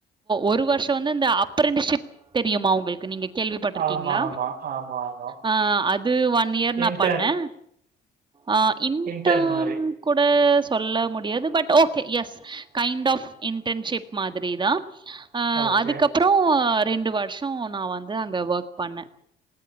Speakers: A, on the right (about 25°); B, on the right (about 60°).
A: ஒரு வருஷோ வந்து இந்த அப்பரண்டஷிப் தெரியுமா உங்களுக்கு நீங்க கேள்விபட்ருக்கீங்களா
B: ஆமா, ஆமா, ஆமா, ஆமா.
A: அ அது ஒன் இயர் நா
B: இன்டர்ன்
A: பண்ணே அ இன்டன்
B: இன்டர்ன் மாரி.
A: கூட சொல்ல முடியாது but okay yes kind of internship மாதிரி தா அ
B: ஓகே.
A: அதுக்கப்பறோ ரெண்டு வருஷோ நா வந்து அங்க ஒர்க் பண்ணே